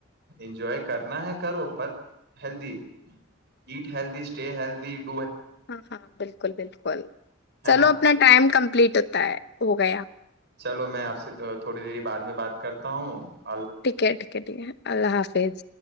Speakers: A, on the right; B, on the left.
A: انجوائے کرنا ہے کرو پر healthy eat healthy stay healthy eat
B: ہاں ہاں بالکل بالکل
A: ہے
B: چلو
A: نا
B: اپنا ٹائم کمپلیٹ ہوتا ہے ہو گیا
A: چلو میں آپ سے تھوڑی دری بعد میں بات کرتا ہوں
B: ٹھیک ہے ٹیک ہے ٹھ ہے اللہ حافظ فیز